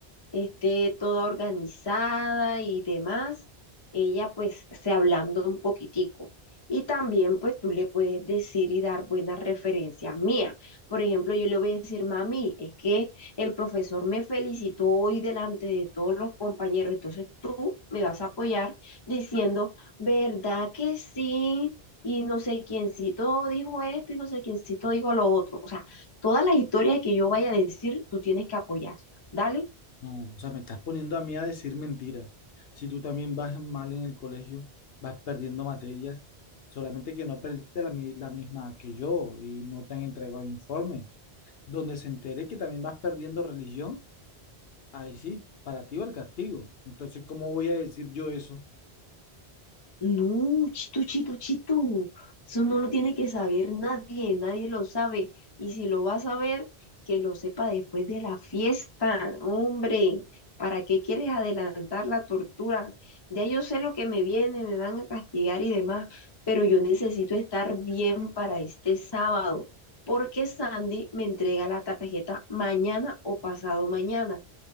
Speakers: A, on the left; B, on the left.
A: esté toda organizada y demás, ella pues se ablanda un poquitico. Y también pues tú le puedes decir y dar buenas referencias mías. Por ejemplo, yo le voy a decir, mami, es que el profesor me felicitó hoy delante de todos los compañeros, entonces tú me vas a apoyar diciendo, ¿verdad que sí? Y no sé quiéncito dijo esto y no sé quiéncito dijo lo otro. O sea, todas las historias que yo vaya a decir, tú tienes que apoyar. Dale.
B: No, o sea, me estás poniendo a mí a decir mentiras. Si tú también vas mal en el colegio, vas perdiendo materias, solamente que no perdiste la, mi- la misma que yo y no te han entregado el informe. donde se entere que también vas perdiendo religión, ahí sí, para ti va el castigo. Entonces, ¿cómo voy a decir yo eso?
A: No, chitu, chitu, chitu. Eso no lo tiene que saber nadie, nadie lo sabe. Y si lo va a saber, que lo sepa después de la fiesta, hombre. ¿Para qué quieres adelantar la tortura? Ya yo sé lo que me viene, me van a castigar y demás, pero yo necesito estar bien para este sábado, porque Sandy me entrega la tarjeta mañana o pasado mañana